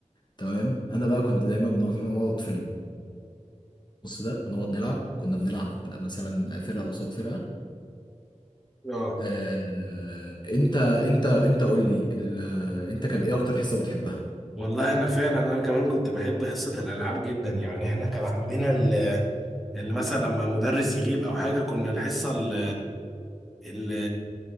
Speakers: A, on the left; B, in the centre.
A: تمام انا بقى كنت دايما بنقعد إحنا نقعد في النص ده ونقعد نلعب كنا بنلعب مثلا فرقه قصاد فرقه
B: اه
A: آه، انت انت انت قول لي ال- انت كان ايه اكتر حصة بتحبها
B: والله انا فعلا انا كمان كنت بحب حصة الألعاب جدا يعني احنا كان عندنا ال- اللي مثلا لما مدرس يغيب او حاجة كنا الحصة ال- ال-